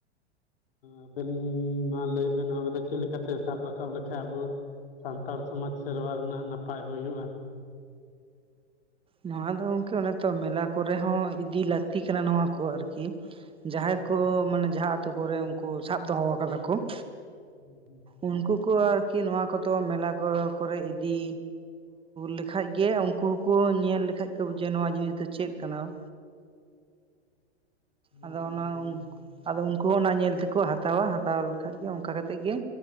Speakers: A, on the left; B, on the right.
A: ᱟᱵᱮᱱ ᱢᱟ ᱞᱟᱹᱭ ᱵᱮᱱ ᱱᱚᱣᱟ ᱠᱚᱫᱚ ᱪᱮᱫᱠᱟ ᱞᱮᱠᱟᱛᱮ ᱥᱟᱵ ᱨᱟᱠᱟᱵ ᱞᱮᱠᱷᱟᱡ ᱟᱵᱚ ᱥᱟᱱᱛᱟᱲ ᱥᱚᱢᱟᱡᱽ ᱥᱮᱨᱣᱟ ᱨᱮᱱᱟᱜ ᱱᱟᱯᱟᱭ ᱦᱩᱭᱩᱜᱼᱟ ᱾
B: ᱱᱚᱣᱟ ᱫᱚ ᱜᱚᱝᱠᱮ ᱚᱱᱮ ᱛᱚ ᱢᱮᱞᱟ ᱠᱚᱨᱮ ᱦᱚᱸ ᱤᱫᱤ ᱞᱟᱹᱠᱛᱤ ᱠᱟᱱᱟ ᱱᱚᱣᱟ ᱠᱚ ᱟᱨᱠᱤ ᱾ ᱡᱟᱦᱟᱸᱭ
A: ᱦᱩᱸ
B: ᱠᱚ ᱢᱟᱱᱮ ᱡᱟᱦᱟᱸ ᱟᱛᱩ ᱠᱚᱨᱮ ᱩᱱᱠᱩ ᱥᱟᱵ ᱫᱚᱦᱚ ᱠᱟᱫᱟ ᱠᱚ ᱾
A: ᱦᱩᱸ ᱦᱩᱸ
B: ᱩᱱᱠᱩ ᱠᱚ ᱟᱨᱠᱤ ᱱᱚᱣᱟ ᱠᱚᱫᱚ ᱢᱮᱞᱟ ᱠᱚ ᱠᱚᱨᱮ ᱤᱫᱤ ᱞᱮᱠᱷᱟᱡ ᱜᱮ ᱩᱱᱠᱩ ᱦᱚᱸᱠᱚ ᱧᱮᱞ ᱞᱮᱠᱷᱟᱡ ᱠᱚ ᱵᱩᱡᱷᱟᱹᱣᱟ ᱡᱮ ᱱᱚᱣᱟ ᱡᱤᱱᱤᱥ ᱫᱚ ᱪᱮᱫ ᱠᱟᱱᱟ ᱾
A: ᱦᱩᱸ
B: ᱟᱫᱚ ᱚᱱᱟ ᱟᱫᱚ ᱩᱱᱠᱩ ᱦᱚᱸ ᱚᱱᱟ ᱧᱮᱞ ᱛᱮᱠᱚ ᱦᱟᱛᱟᱣᱟ, ᱦᱟᱛᱟᱣ ᱞᱮᱠᱷᱟᱡ ᱜᱮ ᱚᱱᱠᱟ ᱠᱟᱛᱮ ᱜᱮ